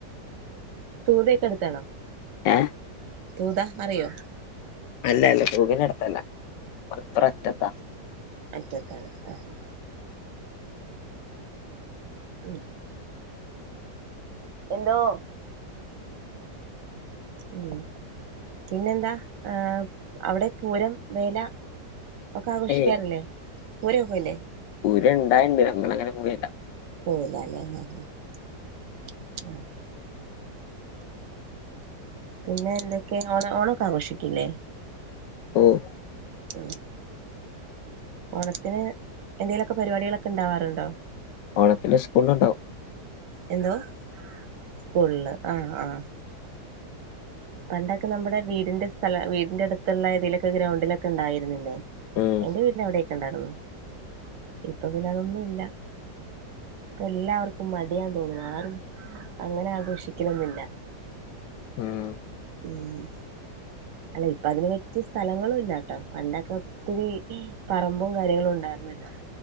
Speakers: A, on the right; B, on the left.
A: തൂതയൊക്കെയ്ടുത്താണോ
B: ഏഹ്
A: തൂതാ അറിയോ
B: അല്ലല്ല തൂവി <unintelligible> നടുത്തല്ല <unintelligible> അറ്റത്താ
A: അറ്റത്താ <unintelligible> ഉം എന്തോ ഉം പിന്നെന്താ ആഹ് അവിടെ പൂരം വേല ഒക്കെ ആഘോഷിക്കാറില്ലേ
B: ഏയ്
A: പൂരം ഒന്നുംയില്ലേ
B: പൂരം ഇണ്ടായിണ്ട് നമ്മള് അങ്ങനെ പോവല്ല
A: <unintelligible> പിന്നെ എന്തൊക്കെ ഓണ ഓണയൊക്കെ ആഘോഷിക്കില്ലേ
B: ഓഹ്
A: മ്മ്ഹ് <unintelligible> ഓണത്തിന് ന്തെലോക്കെ പരിപാടികളൊക്കെ ണ്ടാവാറുണ്ടോ
B: ഓണത്തിന് സ്കൂളിലുണ്ടാവും
A: എന്തുവാ സ്കൂളില് ആഹ് ആഹ് പണ്ടൊക്കെ നമ്മുടെ വീടിന്റെ സ്ഥല വീടിന്റെ അടുത്തുള്ള ഏതിലൊക്കെ ഗ്രൗണ്ടിലൊക്കെ ഇണ്ടായിരുന്നില്ലേ
B: ഉം
A: എന്റെ വീട്ടിനവിടൊക്കെ ഉണ്ടായിരുന്നു ഇപ്പൊ പിന്നെ അതൊന്നുംയില്ല ഇപ്പോ എല്ലാവർക്കും മടിയാന്തോന്നണു ആരും അങ്ങനെ ആഘോഷിക്കന്നുല്ല
B: ഉം
A: ഉം അല്ല ഇപ്പ അതിന് പറ്റിയ സ്ഥലങ്ങളും ഇല്ലാട്ടോ പണ്ടൊക്കെ- ഇത്തിരി പറമ്പും കാര്യങ്ങളും ഒണ്ടായിരുന്നല്ലോ